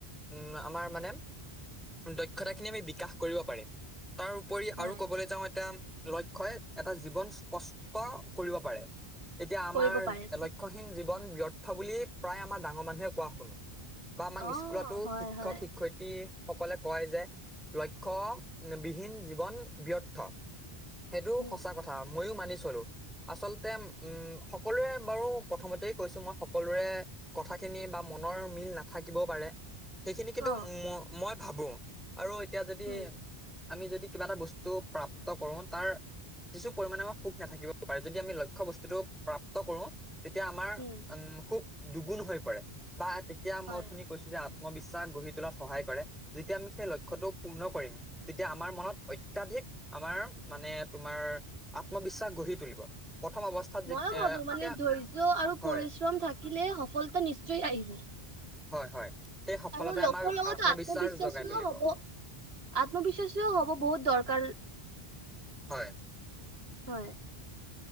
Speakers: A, in the centre; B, on the right (about 75°).
A: উম আমাৰ মানে দক্ষতাখিনি আমি বিকাশ কৰিব পাৰিম তাৰ উপৰি
B: হয়,
A: আৰু ক'বলৈ যাওঁ এতিয়া লক্ষ্যই এটা জীৱন স্পষ্ট কৰিব পাৰে এতিয়া আমাৰ
B: কৰিব পাৰে ঠিক।
A: লক্ষ্যহীন জীৱন ব্যৰ্থ বুলি প্ৰায় আমাৰ ডাঙৰ মানুহে কোৱা শুনো। বা আমাক
B: অ',
A: স্কুলতো
B: হয়,
A: শিক্ষক
B: হয়,
A: শিক্ষয়িত্ৰী- সকলে কয় যে লক্ষ্যবিহীন জীৱন ব্যৰ্থ সেইটো
B: হুম,
A: সঁচা কথা। ময়ো মানি চলো আচলতে উম সকলোৰে বাৰু প্ৰথমতে কৈছো মই সকলোৰে। কথাখিনি বা মনৰ মিল নাথাকিবও পাৰে। সেইখিনি কিন্তু
B: অ',
A: ম মই ভাবো আৰু এতিয়া যদি
B: হুম,
A: আমি যদি কিবা এটা বস্তু টো প্ৰাপ্ত কৰো তাৰ কিছু পৰিমাণে আমাৰ সুখ নাথাকিব পাৰে যদি আমি লক্ষ্য বস্তুটো প্ৰাপ্ত কৰো তেতিয়া আমাৰ
B: হুম,
A: উম সুখ দুগুণ হৈ পৰে বা তেতিয়া
B: হয়।
A: মই শুনি কৈছো যে আত্মবিশ্বাস গঢ়ি তোলাত সহায় কৰে যেতিয়া আমি সেই লক্ষ্যটো পূৰ্ণ কৰিম তেতিয়া আমাৰ মনত অত্যাধিক আমাৰ মানে তোমাৰ আত্মবিশ্বাস গঢ়ি তুলিব প্ৰথম অৱস্থাত যে
B: ময়ো
A: এ
B: ভাবো মানে
A: এতিয়া
B: ধৈৰ্য আৰু
A: হয়
B: পৰিশ্ৰম থাকিলে সফলতা নিশ্চয় আহিব
A: হয় হয় সেই সফলতাই
B: আৰু লক্ষ্যৰ
A: আমাক
B: লগত
A: আত্মবিশ্বাস
B: আত্মবিশ্বাসীও
A: জগাই তুলিব
B: হ'ব আত্মবিশ্বাসীও হ'ব বহুত দৰকাৰ
A: হয়
B: হয়